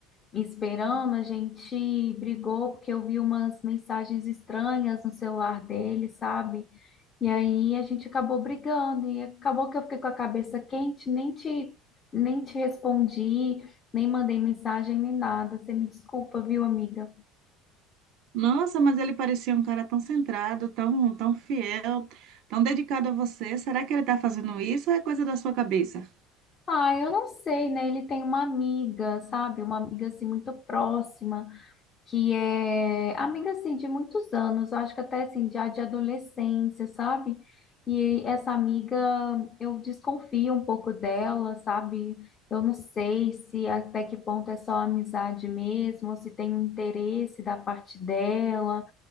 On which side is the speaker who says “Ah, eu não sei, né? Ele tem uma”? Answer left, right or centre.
Left